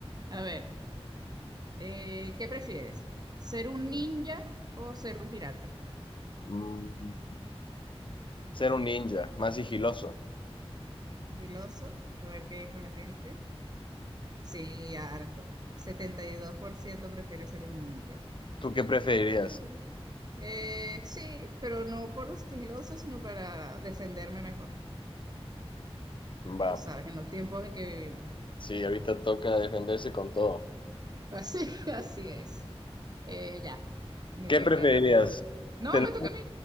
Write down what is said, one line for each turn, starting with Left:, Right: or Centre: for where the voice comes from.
Right: A ver, eh, ¿qué prefieres? ¿Ser un ninja o ser un pirata?
Left: Mm, ser un ninja, más sigiloso.
Right: Sigiloso, a ver qué dijo la gente. Sí, harto. 72% prefiere ser un ninja.
Left: ¿Tú qué preferirías?
Right: Está bien. Eh, sí, pero no por lo sigiloso, sino para defenderme mejor.
Left: Va,
Right: Tú sabes, en los tiempos en que vivimos.
Left: sí, ahorita toca defenderse con todo.
Right: Así, <laughs> así es. Eh, ya, me
Left: ¿Qué
Right: toca
Left: preferirías?
Right: preguntar. No,
Left: Ten-
Right: me toca a mí.